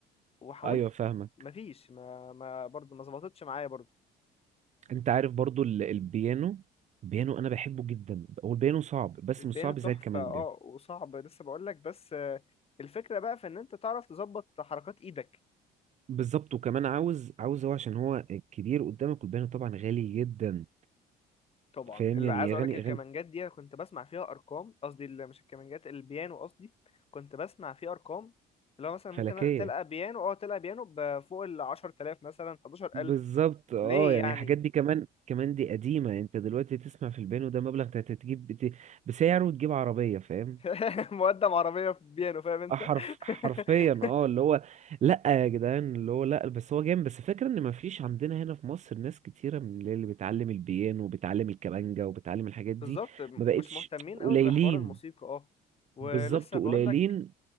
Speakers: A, on the left (about 35°); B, on the right (about 45°).
A: وحاولت
B: ايوه فاهمك
A: مفيش ما ما برضه ما ظبطتش معايا برضه
B: انت عارف برضو ال- البيانو البيانو انا بحبه جدا هو البيانو صعب بس
A: البيانو
B: مش صعب
A: تحفه
B: زي الكمانجا
A: اه وصعب لسه بقول لك بس آه، الفكره بقى في ان انت تعرف تظبط حركات ايدك
B: بالظبط وكمان عاوز عاوز هو عشان هو كبير قدامك والبيانو طبعا غالي جدا
A: طبعا
B: فاهم
A: اللي
B: يعني
A: عايز اقول
B: اغاني
A: لك الكمانجات
B: اغاني
A: دي أنا كنت بسمع فيها ارقام قصدي ال- مش الكمانجات البيانو قصدي كنت بسمع فيه ارقام اللي هو مثلا
B: فلكيه
A: ممكن تلقى بيانو اه تلقى بيانو بفوق ال 10000 مثلا 11000
B: بالظبط اه
A: ليه
B: يعني
A: يعني
B: الحاجات دي كمان كمان دي قديمه انت دلوقتي تسمع في البيانو ده مبلغ انت هتجيب بت- بسعره وتجيب عربيه فاهم
A: <laughs> مقدم عربيه في بيانو فاهم انت
B: آه، حرف حرفيا
A: <laughs>
B: اه اللي هو لا يا جدعان اللي هو لا بس هو جامد بس فكرة ان مفيش عندنا هنا في مصر ناس كتيره من اللي اللي بتعلم البيانو وبتعلم الكمانجا وبتعلم الحاجات
A: بالظبط
B: دي
A: م-
B: ما بقتش
A: مش مهتمين
B: قليلين
A: قوي بحوار الموسيقى اه ولسه
B: بالظبط
A: بقول
B: قليلين
A: لك